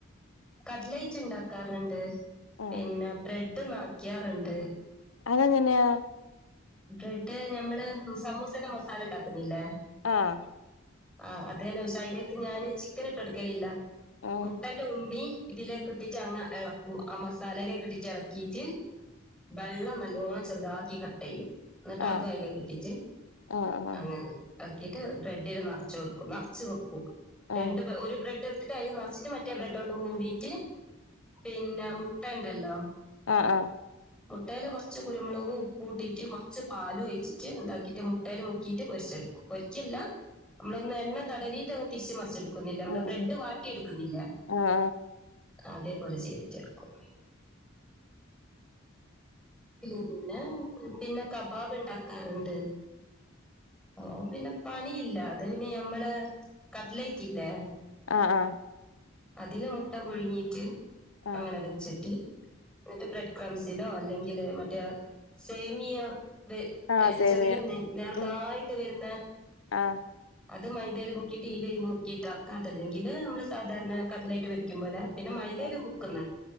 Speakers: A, in the centre; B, on the left.
A: കട്ലൈറ്റ് ഇണ്ടാക്കാറ്ണ്ട്
B: ആഹ്
A: പിന്നെ ബ്രെഡ് നെറക്ക്യാറ്ണ്ട്
B: അതെങ്ങനെയാ
A: ബ്രെഡ് ഞമ്മള് സമൂസന്റെ മസാല ഇണ്ടാക്ക്ന്നില്ലേ
B: ആഹ്
A: ആ അത് എന്നെ പഷെ അയില്ക്ക് ഞാന് ചിക്കൻ ഇട്ട് എടുക്കലില്ല
B: ആഹ്
A: മുട്ടന്റെ ഉണ്ണി ഇതിലേക്കിഇട്ടിട്ട അങ്ങ് എളക്കും ആ മസാലയിലേക്ക് ഇട്ടിട്ട് എളക്കീട്ട് വെള്ളം നല്ല ല്ലോണം ചെറ്താക്കി കട്ടെയ്യും എന്നിട്ട്
B: ആഹ്
A: അതും അതിലേക്കി ഇട്ടിച്ച്
B: ആഹ്
A: അങ്ങനെ ആക്കീട്ട് ബ്രെഡില് നറച്ചൊട്ക്കും നറച്ച് വെക്കൂ രണ്ട്
B: ആഹ്
A: ഒരു ബ്രെഡ് ന്നട്ടയ്‌ല് നെറച്ച്‌ട്ട മറ്റേ ബ്രെഡോണ്ടും മൂടിട്ട് പിന്നെ മുട്ട ഇണ്ടല്ലോ
B: ആഹ് ആഹ്
A: മുട്ടേല് കൊറച്ച് കുരുമുളകു ഉപ്പൂട്ടിട്ട് കുറച്ച് പാലൊഴിച്ചിട്ട് ഇതാക്കിട്ട് മുട്ടേല് മുക്കീയിട്ട് പൊരിച്ച അത്. പൊരിക്കല്ല, നമ്മളൊന്ന് എണ്ണ തടവിട്ടൊന്ന് തിരിച്ചു മറിച്ചെടു ക്കുന്നില്ല. നമ്മള്
B: ആഹ്
A: ബ്രെഡ് വാട്ടിയെടുക്കുന്നില്ലേ
B: ആഹ് ആഹ് ആഹ് ആഹ് ആഹ്
A: അതേപോലെ ചെയ്തിട്ടെട്ക്കും പിന്നെ പിന്നെ കബാബ് ഇണ്ടാക്കാറ്ണ്ട് ഓ പിന്നെ പണിയില്ല അത് പിന്നെ ഞമ്മള് കട്ട്ലൈറ്റ്ല്ലേ
B: ആ ആ
A: അതില് മുട്ട പുഴുങ്ങീട്ട്,
B: ആഹ്
A: അങ്ങനെ വെച്ചിട്ട് എന്നിട്ട് ബ്രെഡ് ക്രംസിലോ അല്ലെങ്കില് മറ്റേ സേമിയോ വേ
B: ആഹ്
A: ഏഹ്,
B: സേമിയ
A: ചെറിയ നെയ് നേർത്തായിട്ട്
B: ഉം
A: വരുന്ന
B: ആഹ്
A: അത്‌ മൈദേല് മുക്കീട്ട് ഇയിലേല് മുക്കീട്ട് ആക്ക. അതല്ലെങ്കില് നമ്മള് സാധാരണ കട്ലറ്റ് പൊരിക്കുംപോലെ പിന്നെ മൈദേല്
B: ആഹ്
A: മുക്കുന്ന്